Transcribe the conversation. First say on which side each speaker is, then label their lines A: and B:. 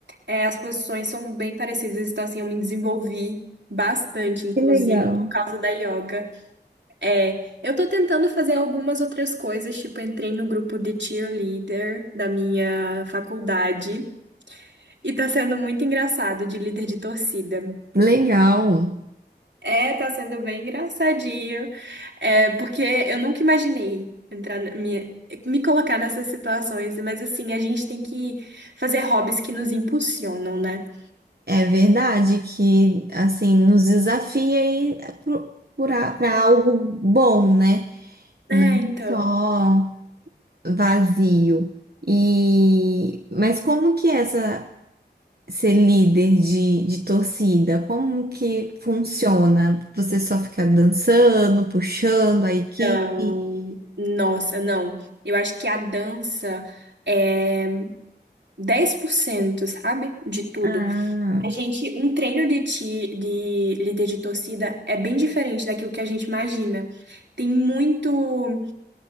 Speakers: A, on the right; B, on the right.
A: É, as posições são bem parecidas, então assim, eu me desenvolvi bastante, inclusive,
B: Que legal.
A: por causa da yoga. É, eu tô tentando fazer algumas outras coisas, tipo, entrei no grupo de cheerleader da minha faculdade e tá sendo muito engraçado de líder de torcida.
B: Legal.
A: É, tá sendo bem engraçadinho. É, porque eu nunca imaginei entrar na minha, me colocar nessas situações, mas assim, a gente tem que fazer hobbies que nos impulsionam, né?
B: É verdade que assim nos desafia aí para algo bom, né?
A: É,
B: Não
A: então.
B: só vazio. E mas como que é essa ser líder de, de torcida? Como que funciona? Você só fica dançando, puxando a equipe?
A: Então, nossa, não. Eu acho que a dança é 10%, sabe? De tudo.
B: Ah,
A: A gente, um treino de, ti, de líder de torcida é bem diferente daquilo que a gente imagina. Tem muito.